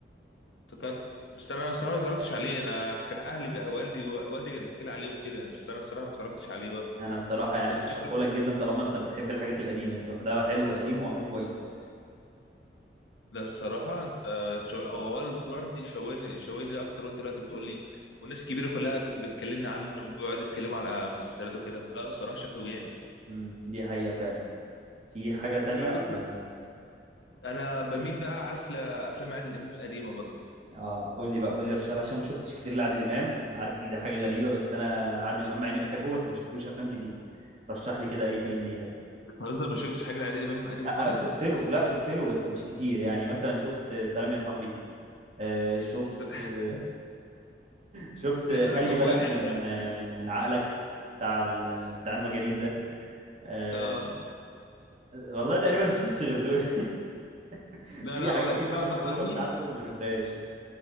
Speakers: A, on the left; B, on the right.
A: افتكرت بس انا الصراحه ما اتفرجتش عليه انا كان اهلي بقى والدي والدي كان بيحكي لي عليه وكده بس انا الصراحه ما اتفرجتش عليه برضه
B: انا الصراحه
A: بس
B: يعني
A: انت
B: ارشحه
A: شكلك
B: لك جدا طالما انت بتحب الحاجات القديمه يعني فده حلو قديم ومعمول كويس
A: ده الصراحه انت شو... هو والد والدي شويني شويني اكتر وانت دلوقتي بتقول لي والناس الكبيره كلها بتكلمنا عنه لما بيقعدوا يتكلموا على مسلسلات وكده لا الصراحه شكله جامد
B: امم دي حقيقه فعلا في حاجه تانية
A: على
B: ولا
A: فكره انا بميل بقى عارف لافلام عادل امام القديمه برضه
B: اه قول لي بقى قول لي ارشح لي عشان ما شفتش كتير لعادل امام أنا عارف ان دي حاجه غريبه بس انا عادل امام مع اني بحبه بس ما شفتلوش افلام كتير رشح لي كده اي فيلم ليه حلو
A: بتهزر ما شفتش حاجه لعادل امام القديمه
B: لا
A: خالص
B: شفت له لا شفت له بس مش كتير يعني مثلا شفت سلام يا صاحبي آه، شفت
A: <laughs>
B: <laughs> شفت
A: ده, ده
B: خلي
A: رقم
B: بالك
A: واحد
B: من
A: ده <laughs>
B: من من عقلك بتاع ال- بتاع المجانين ده آه،
A: اه
B: والله تقريبا ما شفتش غير دول <laughs>
A: لا
B: في
A: لا
B: حاجات
A: اقول
B: كتير
A: لك سلام
B: بقى مشهورة
A: يا صاحبي
B: بتاعته ما شفتهاش